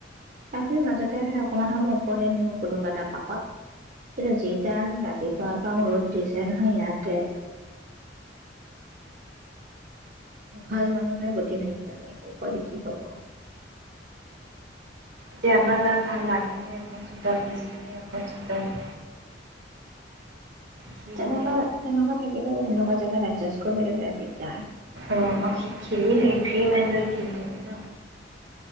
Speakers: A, on the right; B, on the right.
A: কাফিৰ মাজতে আহে অকমান সময় ওপৰলে নিওঁ, কোনোবা এটা পাকত। কিটঝ যি দাল ৰাতিপুৱা পৰা ৰ'দ দিছে নহয় ইয়াতে। ভাল মানুহে গতি নাইকিয়া কয় পালে কি হ'ব।
B: এতিয়া আমাৰ তাত ভাল আগপিনে এখন চোতাল, পিছপিনে এখন চোতাল। সি
A: তেনেকুৱা-তেনেকুৱা
B: মানে
A: থাকিলে এনেকুৱা জেগাত এডজাষ্ট কৰিবলৈ বিৰাট দিগদাৰ হয়।
B: অঁ! অঁ সি খেলি থাকে ফ্ৰি মাইডত খেলি থাকে ন।